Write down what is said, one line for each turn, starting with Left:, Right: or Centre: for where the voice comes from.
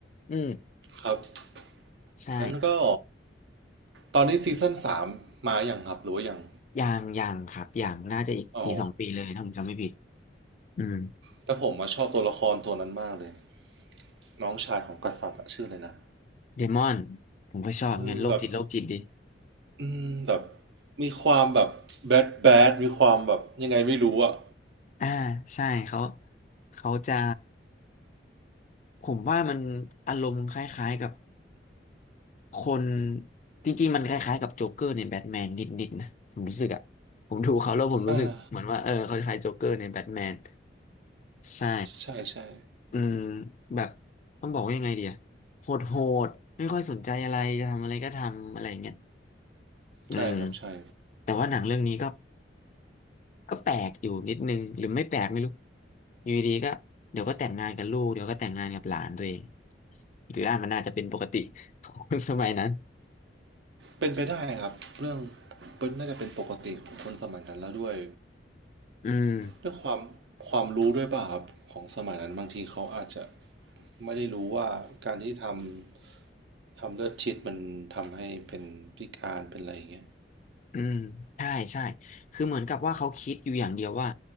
Left: อืม
Right: ครับ
Left: ใช่
Right: นั้นก็ตอนนี้ซีซั่นสามมาอย่างครับหรือว่ายัง
Left: อย่างอย่างครับอย่างน่าจะอีกปีสองปีเลยถ้าผมจำไม่ผิด
Right: อ๋อ
Left: อืม
Right: แต่ผมมาชอบตัวละครตัวนั้นมากเลยน้องชายของกษัตริย์อะชื่ออะไรนะ
Left: เดมอนผมก็ชอบเงินโรคจิตโรคจิตดิ
Right: อืมแบบ อืมแบบมีความแบบแบดแบดมีความแบบยังไงไม่รู้อ่ะ
Left: อ่าใช่เขาเขาจะผมว่ามันอารมณ์คล้ายๆกับ คนจริงๆมันคล้ายๆกับโจ๊กเกอร์ในแบทแมนนิดๆนะผมรู้สึกอะผมดูเขาแล้วผมรู้สึกเหมือนว่าเออเขาคล้ายโจ๊กเกอร์ในแบทแมน
Right: อ่า
Left: ใช่
Right: ใช่ใช่
Left: อืมแบบต้องบอกว่ายังไงเดียโหดโหดไม่ค่อยสนใจอะไรจะทำอะไรก็ทำอะไรอย่างเงี้ยอืม
Right: ใช่ครับใช่
Left: แต่ว่าหนังเรื่องนี้ก็ก็แปลกอยู่นิดนึงหรือไม่แปลกไม่รู้อยู่ดีๆก็เดี๋ยวก็แต่งงานกับลูกเดี๋ยวก็แต่งงานกับหลานตัวเองหรืออ่านมันอาจจะเป็นปกติของ <laughs> คนสมัยนั้น
Right: เป็นไปได้ครับเรื่องเป็นน่าจะเป็นปกติของคนสมัยนั้นแล้วด้วย
Left: อืม
Right: ด้วยความความรู้ด้วยป่ะครับของสมัยนั้นบางทีเขาอาจจะไม่ได้รู้ว่าการที่ทำทำเลือดชิดมันทำให้เป็นพิการเป็นอะไรอย่างเงี้ย
Left: อืมใช่ใช่คือเหมือนกับว่าเขาคิดอยู่อย่างเดียวว่า